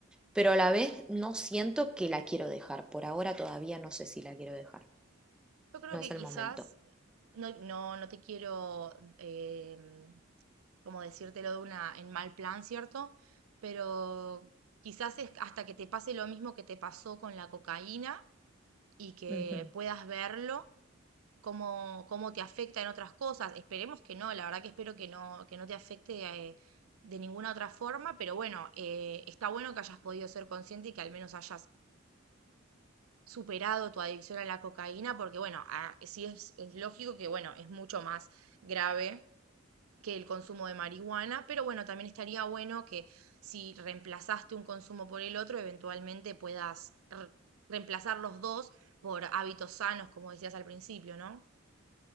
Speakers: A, in the centre; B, on the right.
A: pero a la vez no siento que la quiero dejar. Por ahora todavía no sé si la quiero dejar.
B: Yo creo
A: No
B: que
A: es el
B: quizás,
A: momento.
B: eh, no, no, no te quiero, eh, como decírtelo de una, en mal plan, ¿cierto? Pero quizás es hasta que te pase lo mismo que te pasó con la cocaína y que
A: Ujú.
B: puedas verlo, cómo, cómo te afecta en otras cosas. Esperemos que no, la verdad que espero que no, que no te afecte eh, de ninguna otra forma, pero bueno, eh, está bueno que hayas podido ser consciente y que al menos hayas superado tu adicción a la cocaína, porque bueno, a- sí es, es lógico que bueno, es mucho más grave que el consumo de marihuana, pero bueno, también estaría bueno que si reemplazaste un consumo por el otro, eventualmente puedas re- reemplazar los dos por hábitos sanos, como decías al principio, ¿no?